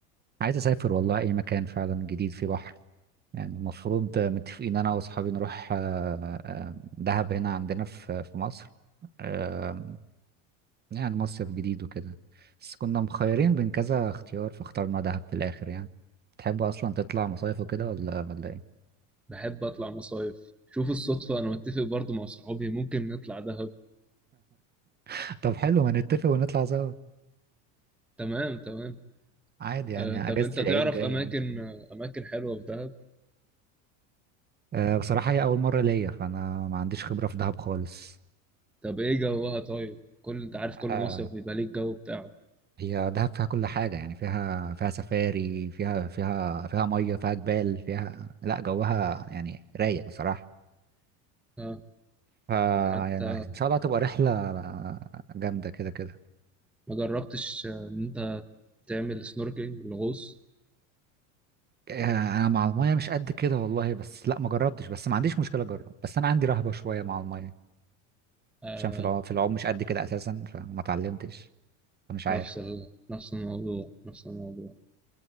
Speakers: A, on the right; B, in the centre.
A: عايز اسافر والله اي مكان فعلا جديد فيه بحر يعني المفروض آه، متفقين انا واصحابي نروح آه، آه، دهب هنا عندنا في في مصر آه، يعني مصيف جديد وكده بس كنا مخيرين بين كذا اختيار فاخترنا دهب في الاخر يعني تحب اصلا تطلع مصايف وكده ولا ولا ايه
B: بحب اطلع مصايف شوف الصدفة انا متفق برضو مع صحابي ممكن نطلع دهب
A: <laughs> طب حلو ما نتفق ونطلع سوا
B: تمام تمام
A: عادي يعني
B: آه طب
A: اجازة
B: انت
A: العيد
B: تعرف
A: جاية
B: اماكن
A: ممكن
B: آه، اماكن حلوة في دهب
A: أه بصراحة هي اول مرة ليا فانا ما عنديش خبرة في دهب خالص
B: طب ايه جوها طيب كل انت عارف كل
A: أه
B: مصيف بيبقى ليه الجو بتاعه
A: هي دهب فيها كل حاجة يعني فيها فيها سفاري فيها فيها فيها مية فيها جبال فيها لا جوها يعني رايق بصراحة
B: آه
A: ف يعني
B: حتى
A: ان شاء الله تبقى رحلة جامدة كده كده
B: ما جربتش آه، ان انت تعمل سنوركينج الغوص
A: آه، انا مع الميه مش قد كده والله بس لا ما جربتش بس ما عنديش مشكله اجرب بس انا عندي رهبه شويه مع الميه
B: آه
A: عشان في العوم في العوم مش قد كده اساسا فما اتعلمتش فمش عارف
B: نفس ال... نفس الموضوع نفس الموضوع